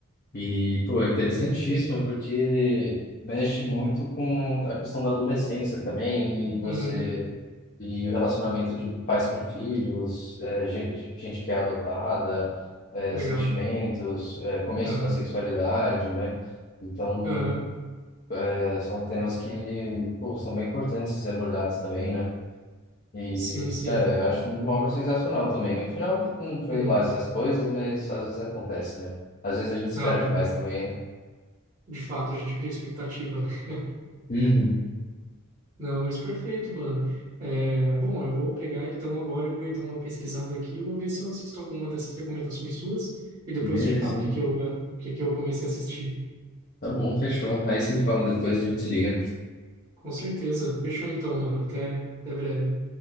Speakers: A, on the left; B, on the right.
A: E, pô, é interessantíssimo, porque mexe muito com a questão da adolescência também, e você,
B: Uhum,
A: e o relacionamento de pais com filhos, é, gente, gente que é adotada, é,
B: legal.
A: sentimentos, é, começo
B: Aham,
A: da sexualidade, né? Então,
B: aham,
A: é, são temas que, pô, são bem importantes de ser abordados também, né? E,
B: sim, sim.
A: cara, eu acho uma obra sensacional também. O final que não foi
B: Uhum.
A: lá essas coisas, mas às vezes acontece, né? Às vezes a gente espera
B: Ah, não.
A: demais
B: é.
A: também, né?
B: De fato, a gente cria expectativa, né? <laughs>
A: Uhum.
B: Não, mas perfeito, mano. É, bom, eu vou pegar então agora e vou dar uma pesquisada aqui. Vou ver se eu assisto alguma dessas recomendações suas. E depois
A: Beleza,
B: eu te falo o
A: sim.
B: que que eu, eh, o que que eu comecei a assistir.
A: Tá bom, fechou. Aí você me fala depois, a gente se liga.
B: Com certeza. Fechou então, mano. Até, até breve.